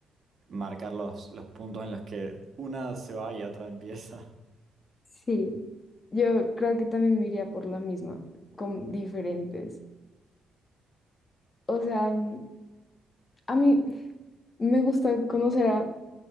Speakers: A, on the right (about 45°); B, on the left (about 35°).
A: marcar los, los puntos en los que una se va y otra empieza.
B: Sí, yo creo que también me iría por la misma, con diferentes. O sea, mm, a mí me gusta conocer a